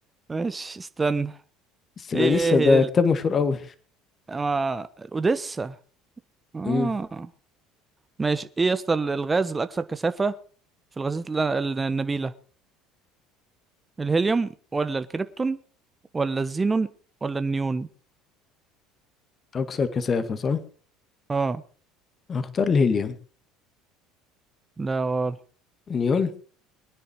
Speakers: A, on the right; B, on the left.
A: ماشي استنى
B: بس الأوديسا
A: ايه
B: ده
A: ال-
B: كتاب مشهور قوي
A: آه... الاوديسا اه
B: امم
A: ماشي ايه يا اسطى ال- الغاز الاكثر كثافة في الغازات ال- ال- النبيلة الهيليوم ولا الكريبتون ولا الزينون ولا النيون
B: أكثر كثافة صح
A: اه
B: هختار الهيليوم
A: لا غلط
B: نيون